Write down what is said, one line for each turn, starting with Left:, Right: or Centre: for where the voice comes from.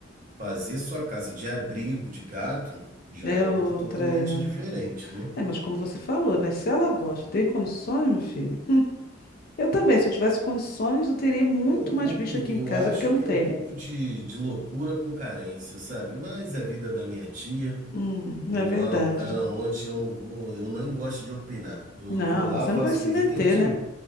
Right: Fazer sua casa de abrigo de gato já
Left: é
Right: é outra
Left: outra.
Right: totalmente diferente, né?
Left: É, mas como você falou, né? Se ela gosta, tem condições, meu filho. Eu também, se eu tivesse condições, eu teria muito
Right: É, é um pouco,
Left: mais bicho aqui
Right: eu
Left: em casa,
Right: acho
Left: porque eu não
Right: que
Left: tenho.
Right: é um pouco de, de loucura com carência, sabe? Mas é a vida da minha tia,
Left: Hum,
Right: e
Left: é verdade.
Right: é um- é onde eu não vou, eu nem gosto de opinar. Eu
Left: Não,
Right: vou lá,
Left: você
Right: faço
Left: não vai se
Right: visita
Left: meter,
Right: de.
Left: né?